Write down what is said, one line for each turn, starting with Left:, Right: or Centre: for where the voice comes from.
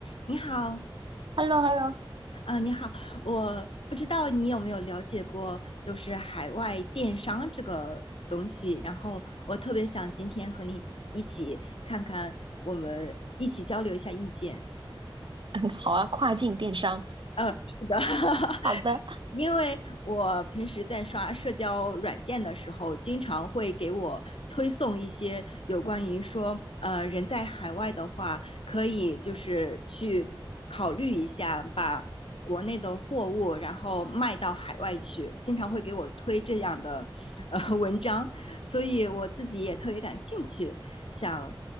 Left: 你好，
Right: h e l l o h e l l o
Left: 啊、你好，我不知道你有没有了解过，就是海外电商这个东西。然后我特别想今天和你一起看看，我们一起交流一下意见。
Right: <laughs> 好啊，跨境电商，
Left: 呃，是的，<laughs>
Right: 好的，
Left: 因为我平时在刷社交软件的时候，经常会给我推送一些有关于说，呃，人在海外的话，可以就是去考虑一下，把国内的货物然后卖到海外去，经常会给我推这样的呃 <laughs> 文章，所以我自己也特别感兴趣，想